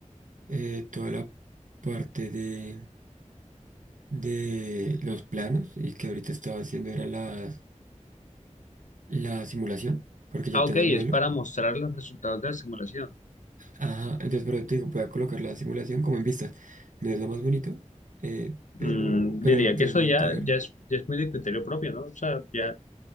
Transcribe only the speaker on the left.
Ah,
ok, es
para mostrar los resultados de la simulación.
Mm,
diría
que eso
ya,
ya es, ya es muy de criterio propio, ¿no? O sea, ya,